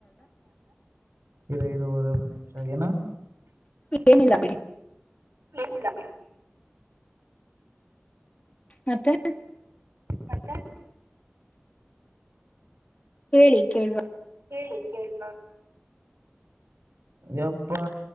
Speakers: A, on the right (about 70°); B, on the left (about 30°).
A: ಇರೋ ಇರವರೆ ಒ ನಿಮಿಷ ಏನ
B: ಏನಿಲ್ಲ ಬಿಡಿ
A: ಏನಿಲ್ಲ ಬಿಡಿ
B: ಮತ್ತೆ
A: ಮತ್ತೆ
B: ಹೇಳಿ ಕೇಳವಾ
A: ಹೇಳಿ ಕೇೇಳುವ ಯಪ್ಪಾ